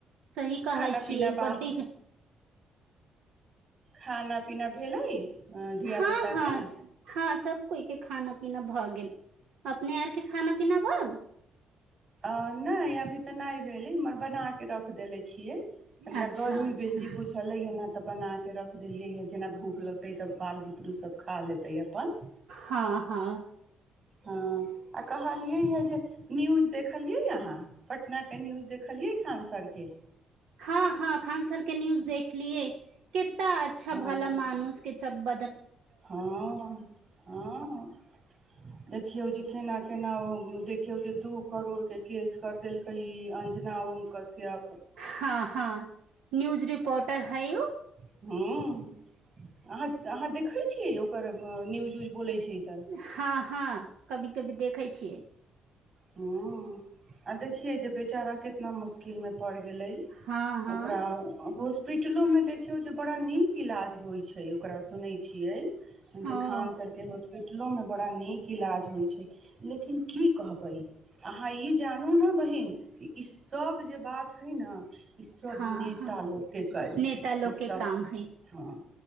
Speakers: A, on the right; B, on the right.
A: सही कहै
B: खाना
A: छियै
B: पीना बा
A: बड्डीक <inaudible>
B: खाना पीना भेलै धिया
A: हँ
B: पुता
A: हँ
B: के
A: हँ सभ कोइकेँ खाना पीना भऽ गेल अपने आरकेँ खाना पीना भएल
B: आ नहि अभी तऽ नहि भेल मगर बनाकेँ रख देले छियै
A: गेल
B: तनिका
A: अच्छा
B: गर्मी
A: अच्छा
B: बेसी बुझलैए न तऽ बनाकेँ रख देलियै ह जेना भूख लगतै तब बाल बुतरु सभ खा लेतैय अपन
A: हाँ हाँ
B: हुँ आ कहलियै ह जे न्यूज देखलियै अहाँ पटनाकेँ न्यूज देखलियै खान सरके
A: हँ हँ खानसर केँ न्यूज देख देखलियए केत तऽ अच्छा
B: हँ
A: भला मानुसकेँ सभ
B: हँ हँ देखियौ जे केना केना ओ देखियौ जे दू करोड़ केँ केस करि देलकै ई अंजना ओमकश्यप
A: हँ हँ न्यूज रिपोर्टर हइ उ
B: हुँ अहाँ अहाँ देखैत छी यै ओकर न्यूज उज बोलै छै तऽ
A: हँ हँ कभी कभी देखै छियै
B: हुँ आ देखियै जे बेचारा कितना मुश्किलमे पड़ि गेलै
A: हँ हँ
B: ओकरा होस हॉस्पिटलोमे देखियौ जे बड़ा नीक इलाज होइत छै ओकरा सुनैत छियै
A: ओ
B: जे खान सरकेँ हॉस्पि पीटलोमे बड़ा नीक इलाज होइ छै लेकिन की कहब बइ अहाँ ई जानू न बहीन कि ईसभ जे बात हइ न ई सभ
A: हँ
B: नेता
A: हँ
B: लोककेँ कएल
A: नेता
B: छै
A: लोग
B: ई सभ
A: के काम है
B: हँ